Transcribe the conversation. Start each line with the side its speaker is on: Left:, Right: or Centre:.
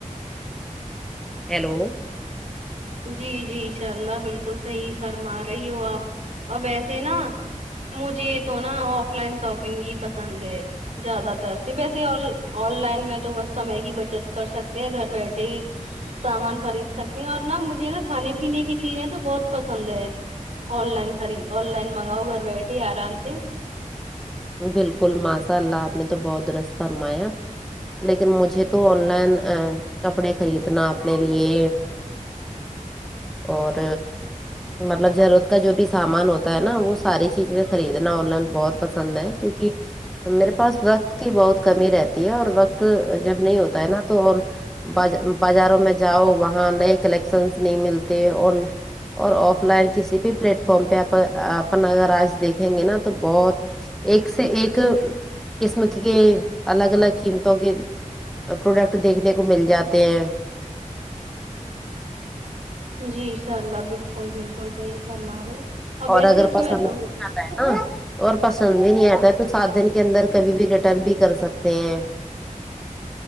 Centre: ہیلو
Right: جی جی انشاء اللہ بالکل صحیح فرما رہی ہو آپ اور ویسے نا مجھے تو نا آف لائن شاپنگ ہی پسند ہے زیادہ تر سے ویسے آن آن لائن میں تو بس سمے کی بچت کر سکتے ہیں گھر بیٹھے سامان خرید سکتے ہیں اور نا مجھے نا کھانے پینے کی چیزیں تو بہت پسند ہے آن لائن خری آن لائن منگاؤ گھر بیٹے آرام سے
Centre: بالکل ماساء اللہ آپ نے تو بہت درست فرمایا لیکن مجھے تو آن لائن کپڑے خریدنا اپنے لیے اور مطلب ضرورت کا جو بھی سامان ہوتا ہے نا وہ ساری چیزیں خریدنا آن لائن بہت پسند ہے کیونکہ میرے پاس وقت کی بہت کمی رہتی ہے اور وقت تو جب نہیں ہوتا ہے نا تو اور باز بازاروں میں جاؤ وہاں نئے کلیکشنس نہیں ملتے اور اور آف لائن کسی بھی پلیٹ فارم پہ اپ اپن اگر آج دیکھیں گے نا تو بہت ایک سے ایک قسم کے الگ الگ قیمتوں کے پروڈکٹ دیکھنے کو مل جاتے ہیں
Right: جیشاء اللہ بالکل بالکل صحیح فرما رہی اور ویسے
Centre: اگر
Right: ہی تو
Centre: پسند
Right: میں تو
Centre: نہیں ہے نا اور پسند بھی نہیں آتا ہے تو سات دن کے اندر کبھی بھی ریٹرن بھی کر سکتے ہیں